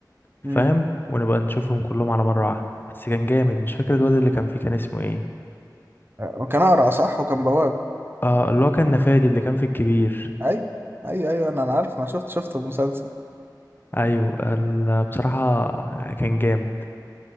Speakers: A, on the left; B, on the right.
A: فاهم
B: امم
A: ونبقى نشوفهم كلهم على مرة واحدة بس كان جامد مش فاكر الواد اللي كان فيه كان اسمه ايه
B: وكان أقرع صح وكان بواب
A: اه اللي هو كان نفادي اللي كان في الكبير
B: أي أيوة أيوة أنا أنا عارف ما شفت شفت المسلسل
A: ايوه ال- بصراحة كان جامد